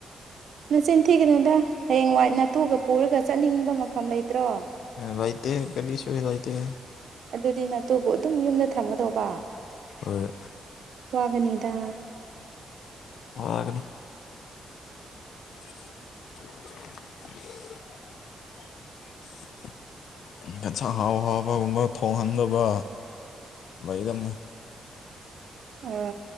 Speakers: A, on the right (about 55°); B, on the left (about 75°).
A: ꯅꯆꯤꯟ ꯊꯤꯒꯅꯨꯗ ꯍꯌꯦꯡ ꯋꯥꯏ ꯅꯇꯨꯒ ꯄꯨꯔꯒ ꯆꯠꯅꯤꯡꯕ ꯃꯐꯝ ꯂꯩꯇ꯭ꯔꯣ
B: ꯂꯩꯇꯦꯍꯦ ꯀꯔꯤꯁꯤ ꯂꯩꯇꯦꯍꯦ
A: ꯑꯗꯨꯗꯤ ꯅꯠꯇꯨꯕꯨ ꯑꯗꯨꯝ ꯌꯨꯝꯗ ꯊꯝꯒꯗꯧꯕ
B: ꯍꯣꯏ
A: ꯋꯥꯒꯅꯤꯗꯥ
B: ꯋꯥꯒꯅꯤ <inaudible> ꯑꯦꯟꯁꯥꯡ ꯍꯥꯎ ꯍꯥꯎꯕꯒꯨꯝꯕ ꯊꯣꯡꯍꯟꯗꯧꯕ ꯂꯩꯗꯝꯅꯤ
A: ꯑ